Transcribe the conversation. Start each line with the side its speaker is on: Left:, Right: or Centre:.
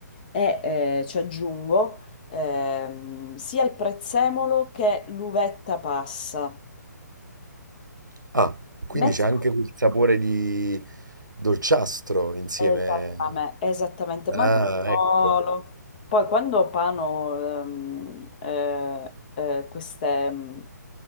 Left: e eh, ci aggiungo ehm, sia il prezzemolo che l'uvetta passa.
Right: Ah, quindi
Left: Messa
Right: c'è anche quel sapore di dolciastro insieme.
Left: Esattame- Esattamente,
Right: Ah,
Left: ma non solo.
Right: ecco.
Left: Poi quando pano ehm, eh, eh, queste... mm,